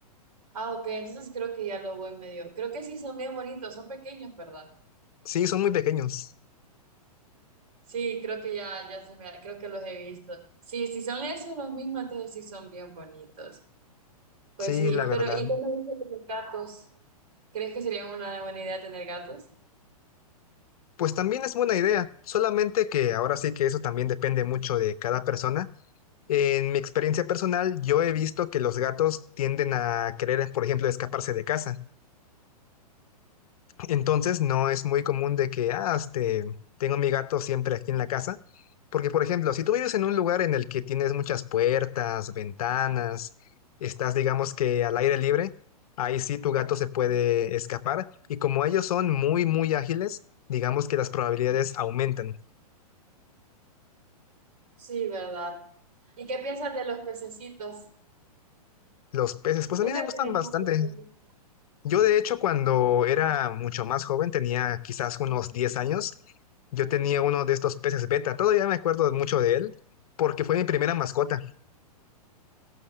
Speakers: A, on the right; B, on the left.
A: Ah, ok, entonces creo que ya lo voy medio. Creo que sí son bien bonitos, son pequeños, ¿verdad?
B: Sí, son muy pequeños.
A: Sí, creo que ya, ya se me, creo que los he visto. Sí, si son esos los mismos, entonces sí son bien bonitos. Pues
B: Sí,
A: sí,
B: la verdad.
A: pero ¿y qué me dices de los gatos? ¿Crees que sería una buena idea tener gatos?
B: Pues también es buena idea, solamente que ahora sí que eso también depende mucho de cada persona. En mi experiencia personal, yo he visto que los gatos tienden a querer, por ejemplo, escaparse de casa. Entonces no es muy común de que, ah, este, tengo mi gato siempre aquí en la casa, porque por ejemplo, si tú vives en un lugar en el que tienes muchas puertas, ventanas, estás digamos que al aire libre, ahí sí tu gato se puede escapar y como ellos son muy, muy ágiles, digamos que las probabilidades aumentan.
A: Sí, ¿verdad? ¿Y qué piensas de los pececitos?
B: Los peces, pues
A: Nunca
B: a mí me
A: he
B: gustan
A: tenido
B: bastante.
A: un pececito.
B: Yo de hecho cuando era mucho más joven, tenía quizás unos 10 años, yo tenía uno de estos peces beta, todavía me acuerdo mucho de él, porque fue mi primera mascota.